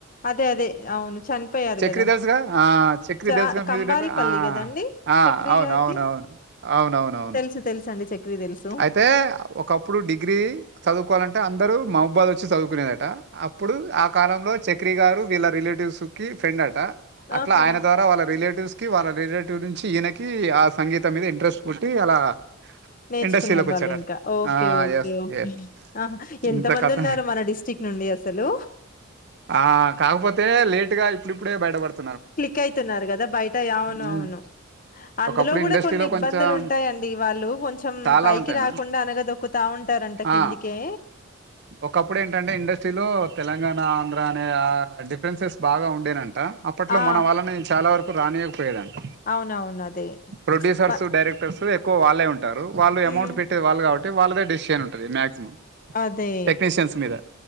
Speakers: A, on the left; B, on the right.
A: అదే అదే అవును. చనిపోయారు
B: చక్రి
A: గదా!
B: తెల్సుగా ఆ చక్రి
A: చ
B: తెల్సుగా మ్యూజిక్
A: కంబాలపల్లి
B: డైరెక్టర్ ఆ
A: కదండి
B: ఆ
A: చక్రి
B: అవునవునవున్
A: గారిది
B: అవునవునవున్
A: తెలుసు తెలుసు అండి చక్రి తెలుసు
B: అయితే ఒకప్పుడు డిగ్రీ చదువుకోవాలంటే అం అందరు మౌబాద్ వచ్చి చదువుకునేదట అప్పుడు ఆ కాలంలో చక్రీ గారు వీళ్ళ రిలేటివ్స్ కి ఫ్రెండ్ అట అట్ల
A: ఆహా
B: ఆయన ద్వారా వాళ్ళ రిలేటివ్స్ కి వాళ్ళ రిలేటివ్ నుంచి ఈయనకి ఆ సంగీత మీద ఇంట్రెస్ట్ పుట్టి అలా
A: నేర్చుకున్నారు
B: ఇండస్ట్రీలో కొచ్చాడట
A: వాళ్ళు ఇంకా okay
B: ఆ
A: okay
B: yes
A: okay
B: yes
A: ఆహా ఎంత
B: ఇంత
A: మంది
B: కథ
A: ఉన్నారు మన డిస్టిక్ నుండి అసలు
B: ఆ కాక్పోతే లేటుగా ఇప్పుడిప్పుడే బయటపడుతుం
A: క్లిక్ అయితున్నార్ గదా బయట అవునవును.
B: ఉమ్,
A: అందులో
B: ఒకప్పుడు
A: గుడా
B: ఇండస్ట్రీలో
A: కొన్ని ఇబ్బందులు
B: కొంచెం
A: ఉంటాయండి వాళ్ళు కొంచం
B: చాలా
A: పైకి
B: ఉంటాయి
A: రాకుండా
B: మేడం
A: అనగదొక్కుతా ఉంటారంట కిందికే
B: ఆ, ఒకప్పుడు ఏంటంటే ఇండస్ట్రీలో తెలంగాణ, ఆంధ్ర అనే ఆ డిఫరెన్సెస్ బాగా ఉండేనం ట అప్పట్లో
A: ఆ
B: మన వాళ్లని చాలా వరకు రానియకపోయేదంట.
A: అవునవును అదే
B: ప్రొడ్యూసర్స్,
A: వ
B: డైరెక్టర్స్ ఎక్కో వాళ్ళే ఉంటారు. వాళ్ళు అమౌంట్
A: మ్
B: పెట్టేద్ వాళ్ళు కాబట్టి వాళ్ళదే డిసిషన్ ఉంటది మాక్సిమం
A: అదే
B: టెక్నీషియన్స్ మీద